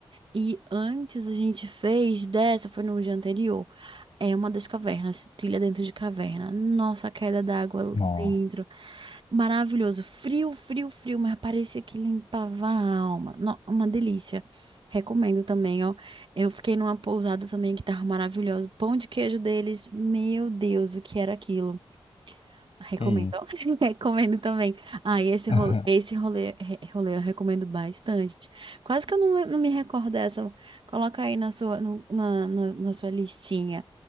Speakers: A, on the right; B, on the left.
A: E antes a gente fez dessa, foi no dia anterior. É uma das cavernas, trilha dentro de caverna. Nossa, a queda d'água
B: Nó.
A: dentro. Maravilhoso. Frio, frio, frio, mas parecia que limpava a alma. No- uma delícia. Recomendo também, ó. Eu fiquei numa pousada também que tava maravilhosa. Pão de queijo deles, meu Deus, o que era aquilo? Recomendo.
B: Que isso.
A: <laughs> Recomendo também. Ah, e esse
B: <laughs>
A: rolê, esse rolê, re- rolê eu recomendo bastante. Quase que eu não, não me recordo dessa. Coloca aí na sua, no- na, na, na sua listinha.